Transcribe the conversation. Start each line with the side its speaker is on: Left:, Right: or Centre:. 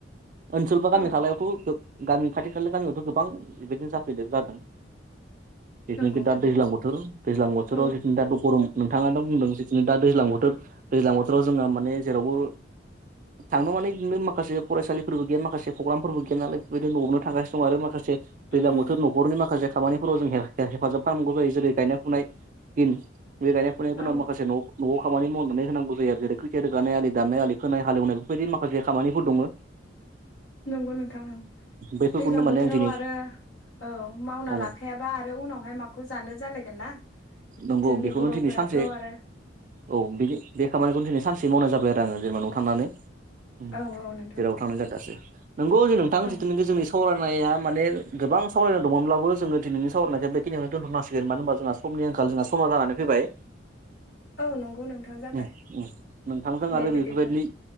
Right: ओनसोल बा
Left: औ
Right: गामि खालायावथ' गामि खाथि खाला गामियावथ' गोबां बेबायदिनो जाफैदों जादों जिथुनाखि
Left: नंगौ
Right: दा
Left: उम
Right: दैज्लां बोथोर दैज्लां बोथोराव
Left: औ
Right: जिथुनि दा गरम नोंथाङाथ' बुंदों ज दा दैज्लां बोथोर दैज्लां बोथोराव जोङो माने जेरावबो थांनो माने बिदिनो माखासे फरायसालिफोरबो गैया माखासे प्रग्रामफोरबो गैया नालाय बेबायदिनो न'आवनो थांगासिनो दं आरो माखासे दैज्लां
Left: उम
Right: बोथोर न'खरनि माखासे खामानिफोराव जों हेफाजाब खालामनांगौ जायो जेरै गायनाय फुनाय दिन बे गायनाय फुनायफोराव
Left: औ
Right: माखासे न' नवाव खामानि मावनानै होनांगौ जायो आरो जेरै ख्रिथिया रोगानाय आलि दाननाय आलि खोनाय हालेवनाय बेफोरबायदि माखासे खामानिफोर दङ
Left: नंगौ नोंथां
Right: बैफोरखौनो
Left: दैलां
Right: माने
Left: बोथोराव
Right: आं दिनै
Left: आरो औ मावना
Right: औ
Left: लाखायाबा आरो उनावहाय माखौ जानो जालायगोन ना
Right: नंगौ
Left: जोंनि
Right: बेखौनो
Left: बर'फोराथ'
Right: थैनो सानसे
Left: आरो
Right: औ बेनि बे खामानिखौनो दिनै सानसे मावनाय जाबाय आरो आङो जेनेबा न' थानानै जेरावबो
Left: औ औ नोंथां
Right: थांनाय जादासो नोंगौ जे नोंथां
Left: औ
Right: जिथु नि जोंनि सावरायनाया माने गोबां सावरायनाय दंमोनब्लाबो जोङो दिनैनि सावरायनायखौ बेखिनियावनो दोनथ'नांसिगोन मानो होनबा जोंहा समनि आंखाल जोंहा समा जानानै फैबाय
Left: औ नंगौ नोंथां जाबाय
Right: ओम ओम नोंथांजों
Left: दे
Right: आरो
Left: बिदिब्ला
Right: बेफोरबायदि